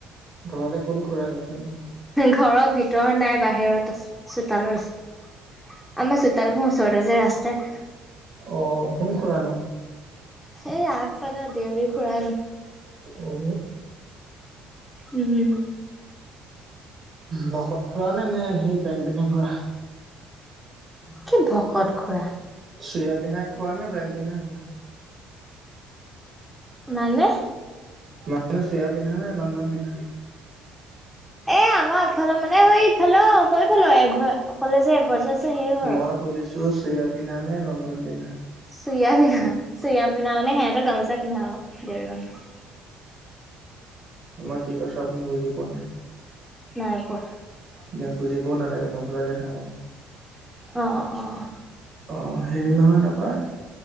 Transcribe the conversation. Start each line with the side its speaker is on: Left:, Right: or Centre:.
Right: ঘৰলে কোন খুৰা গৈছে ন
Centre: ঘৰৰ ভিতৰত নাই বাহিৰত চোতালৰ আছে আমাৰ চোতাল খ ওচৰতে যে ৰাস্তা
Right: অ কোন খুৰানো
Centre: সেই আগফালৰ দেউৰী খুৰা
Right: অ
Centre: উম
Right: ভকত খুৰা নে নে সেই পেন পিন্ধা খুৰা
Centre: কি ভকত খুৰা
Right: চুয়া পিন্ধা খোৱা না বেন পিন্ধা খোৱা
Centre: মানে
Right: মানানে চেয়া পিন্ধা নে লংবান পিন্ধা
Centre: এ আমাৰ আগফালৰ মানে সেই ইফালে সফালো এঘৰ অকলে যে এঘৰ যে আছে সেই ঘৰৰত
Right: মই সুধিছো চোয়াৰ পিন্ধা নে লংপেনট পিন্ধা।
Centre: চোৰিয়া পিন্ধা চোৰিয়া পিন্ধা মানে সিহঁতে গামোচা পিন্ধা আক দেউৰ মানুহ
Right: মই কি কছো আপুনি বুজি পোৱা নাই।
Centre: নাই পোৱা।
Right: ইয়াক বুজিবও নালাগে নুবুজাকে থাকক।
Centre: অ', অ', অ',
Right: অ' হেৰি নহয় তাৰপাৰ